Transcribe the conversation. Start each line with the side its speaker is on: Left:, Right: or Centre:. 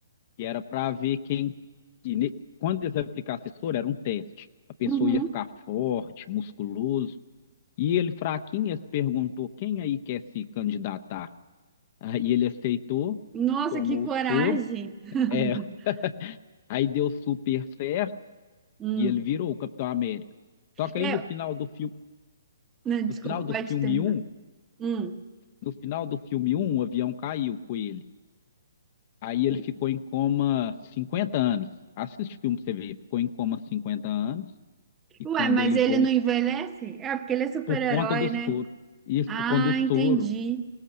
Left: que era para ver quem, que ne- quando eles aplicassem esse soro, era um teste. A pessoa
Right: Uhum.
Left: ia ficar forte, musculoso. E ele, fraquinho, eles perguntou quem aí quer se candidatar. Aí ele aceitou,
Right: Nossa,
Left: tomou
Right: que coragem!
Left: o soro,
Right: <laughs>
Left: é, <laughs> aí deu super certo
Right: Hum.
Left: e ele virou o Capitão América. Só que
Right: É,
Left: aí no final do filme,
Right: não,
Left: no
Right: desculpa,
Left: final do
Right: pode
Left: filme
Right: terminar.
Left: um
Right: Hum.
Left: No final do filme um o avião caiu com ele. Aí ele
Right: E-
Left: ficou em coma 50 anos. Assiste o filme pra você ver. Ficou em coma 50 anos. E
Right: Ué,
Left: quando
Right: mas
Left: ele
Right: ele
Left: voltou,
Right: não envelhece? É porque ele é super-herói,
Left: por conta do soro.
Right: né?
Left: Isso
Right: Ah,
Left: por conta do soro.
Right: entendi.